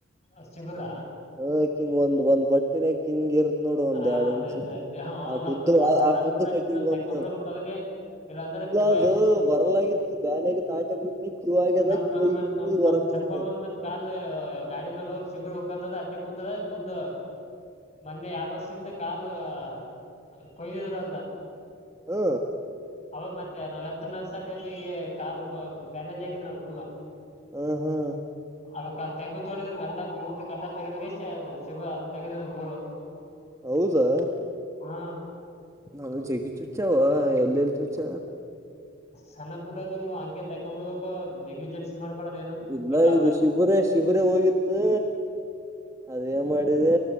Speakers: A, on the left; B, on the right.
A: ಹಾ ಶಿವರ
B: <unintelligible>
A: ಹಾ
B: ಎರಡ್
A: ಅದೇ
B: ಇಂಚ್
A: ಅದೇ
B: ಆಟುದ್ದು ಆ
A: ಸಣ್ಣ
B: ಆಟುದ್ದು
A: ಪುಟ್ಟ
B: ಕಟ್ಟಿಗಿ
A: ಇದ್ದು ತೆಕ್ಕೊಂಡ್
B: ಬಂತದ
A: ಬಿಡ್ಬೇಕು ಅವಿಗೆ ಇಲ್ಲ ಅಂದಾರೆ <unintelligible>
B: ಅದು ಬರಲಾಗಿತ್ತು
A: <unintelligible>
B: ಬ್ಯಾನ್ ಆಗಿತ್ತು ಆಟೆ ಬಿಟ್ನಿ ಕ್ಯೂ ಆಗ್ಯದ
A: ನಮ್
B: ಕ್ಯೂ ಆಗಿತ್ತೀನಿ ಈಗ ಹೊರಕ್
A: ಚಂದ
B: ಬಂತದ
A: ಬಾಂದ ಮತ್ ಕಾಲ್ ಗಾಡಿ ಮೇಲೆ ಹೋಗ್ ಶಿಬರು ಉಕ್ಕಂದದ ಅಟ್ಟೆ ಕುತದ ಮುಂದ್ ಮೊನ್ನೆ ಎರಡು ವರ್ಷದಿಂದ ಕಾಲ್ <unintelligible>
B: ಹಾ
A: ಅವ ಮತ್ತೆ <unintelligible> ಬ್ಯಾನೇಜ್ ಆಗಿದ್ರಲ್ಲ
B: ಹ
A: <inaudible>
B: ಹಾ
A: ಅದಕ್ಕ <unintelligible>
B: ಹೌದಾ
A: ಹಾ
B: ನಾನು ಜಗಿ ಚುಚ್ಚಾವ ಎಲ್ಲೆಲ್ಲಿ ಚುಚ್ಚ
A: ಸಣ್ಣ ಪುಟ್ಟದುವು ಹಂಗೆ ತೆಕೊಂದ್ಬಿಡ್ಬೇಕು ನೆಗ್ಲಿಜೆನ್ಸ್ ಮಾಡ್ಬಾರ್ದ್ ಏನು
B: ಇಲ್ಲ
A: ಈ ಕಾಲ್ದಾಗ
B: ಇದು ಶಿಬರೇ ಶಿಬರೇ ಹೋಗಿತ್ತು ಅದೇನ್ ಮಾಡಿದೆ